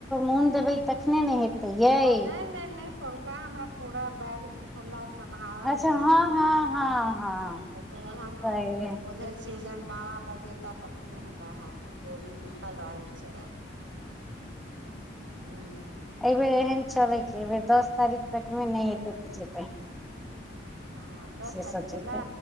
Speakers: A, in the centre; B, on the right.
A: मोन देबै तखने ने हेतै यै
B: नहि नै नै पोरका हमरा पूरा बैग झूला सम्हारल
A: अच्छा
B: नहि
A: हँ
B: गेल,
A: हँ हँ हँ
B: एहि के हम
A: सही
B: बुझै जन बाबा बजेता तखने हमरा हैयत ओ डोरी लिखल रहै छै। हूँ
A: एहि बेर एहन चलै कि दस तारीख तकमे नहि हेतै <unintelligible>
B: ह दस
A: से
B: तारीख
A: सोचैत
B: कऽ ने